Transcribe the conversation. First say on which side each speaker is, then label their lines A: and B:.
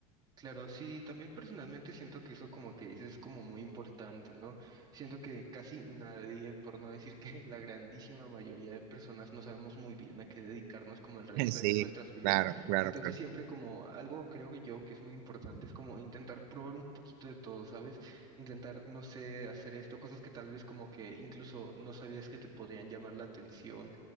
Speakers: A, on the right; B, on the right.
A: Claro, sí, también personalmente siento que eso como que dices es como muy importante, ¿no? Siento que casi nadie, por no decir que <laughs> la grandísima mayoría de personas no sabemos muy bien a qué dedicarnos como el resto
B: <laughs> Sí,
A: de nuestras vidas.
B: claro, claro,
A: Entonces
B: claro.
A: siempre como algo creo que yo que es muy importante es como intentar probar un poquito de todo, ¿sabes? Intentar, no sé, hacer esto, cosas que tal vez como que incluso no sabías que te podrían llamar la atención